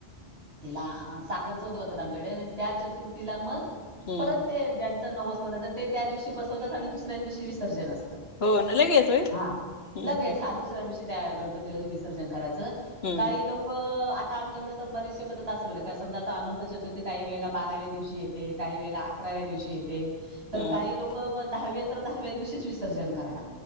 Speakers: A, on the right; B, on the left.
A: तिला साखर चौथ बोलतात आमच्याकडे त्या चतुर्थीला मग
B: हम्म
A: परत ते ज्यांचं नवस ते त्या दिवशी बसवतात आणि दुसऱ्या दिवशी विसर्जन असतं
B: हो ना लगेच वय
A: हा
B: हू
A: लगेच
B: हू
A: हा दुसऱ्या दिवशी त्या गणपती विसर्जन करायचं
B: हम्म
A: काही लोक आता आमच्याकड तर बरचसे पद्धत असे बघा काय समजा आता अनंत चतुर्थी काही वेळेला बाराव्या दिवशी येते काही वेळेला अकराव्या दिवशी येते तर
B: हम्म
A: काही लोक म दहाव्या तर दहाव्या दिवशीच विसर्जन करणार